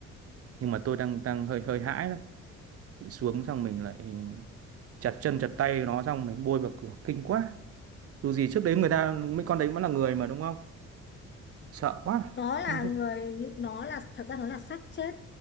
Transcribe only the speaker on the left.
nó là
người những nó là thật ra nó là xác chết